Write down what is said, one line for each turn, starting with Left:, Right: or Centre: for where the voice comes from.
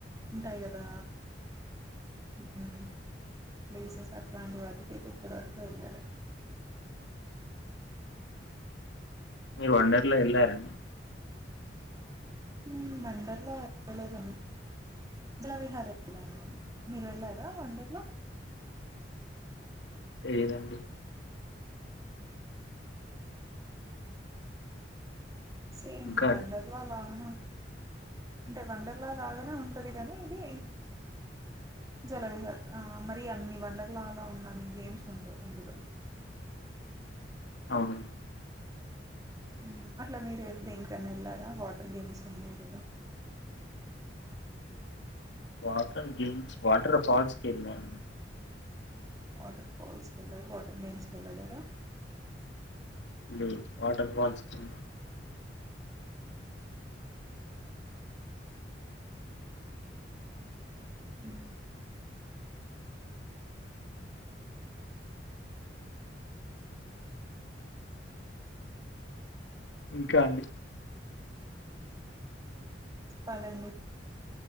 Right: ఉంటాయి గదా. హుము ప్లేసెస్ అట్లాంటి వాటికైతె ఇప్పడి వర్కు వెళ్ళలే.
Left: మీరు వండర్లా వెళ్ళారండి?
Right: మ్ వండర్లా వెళ్లలేదండి. <unintelligible> విహార వెళ్ళాను నేను. మీరు వెళ్లారా వండర్ల?
Left: లేదండి
Right: సేమ్
Left: ఇంకా
Right: వండర్ల
Left: అండి
Right: లాగనే ఉన్ అంటే వండర్లా లాగానే ఉంటది గనీ ఇది సెలవ్ ఇగ అహ్ మరి అన్ని వండర్ లా లో ఉన్ననీ గేమ్స్ ఉండవ్ ఇందులో.
Left: అవును
Right: మ్ అట్ల మీరు దేనికన్న వెళ్లారా వాటర్ గేమ్స్ ఉన్నాయి గదా
Left: వాటర్ గెమ్స్, వాటర్ ఫల్స్ కెళ్ళాము.
Right: వాటర్ ఫాల్స్ కెళ్ళర? వాటర్ గేమ్స్ కెళ్లలేదా.
Left: మ్ వాటర్ ఫాల్స్ కెళ్ళం
Right: ముహు
Left: ఇంకా అండి
Right: చెప్పాలండి